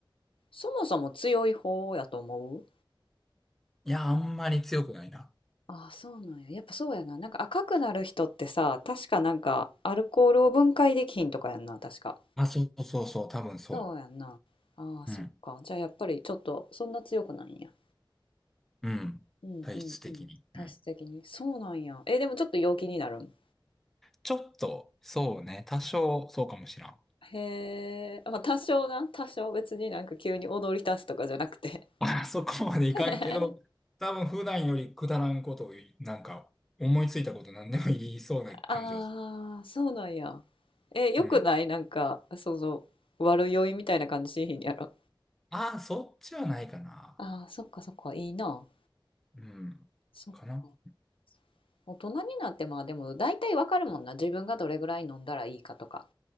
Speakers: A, on the left; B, in the centre.
A: そもそも強い方やと思う
B: いや、あんまり強くないな。
A: ああ、そうなんや。やっぱそうやな。なんか赤くなる人ってさ、確かなんかアルコールを分解できひんとかやんな、確か。
B: あ、そうそうそう、多分そ
A: そうやんな。ああ、
B: う。
A: そっか。
B: うん。
A: じゃあやっぱりちょっとそんな強くないんや。
B: うん。
A: うんうんうん。
B: 体質的に。
A: 体質的に。
B: うん。
A: そうなんや。え、でもちょっと陽気になるん。
B: ちょっと、そうね、多少、そうかもしらん。
A: へえ。まあ多少な。多少別になんか急に踊り出すとかじゃなくて。
B: <laughs> あ、そこまでいかんけど、
A: <laughs>
B: 多分普段よりくだらんことを言い、なんか、思いついたこと何でも言いそうな感じはす
A: ああ、そうなんや。え、よくないなんか、
B: る。うん。
A: その、悪酔いみたいな感じしへんやろ。
B: ああ、そっちはないかな。
A: ああ、そっかそっか、いいな。
B: うん。
A: そっか。
B: かな。
A: 大人になってまあでも大体わかるもんな。自分がどれぐらい飲んだらいいかとか、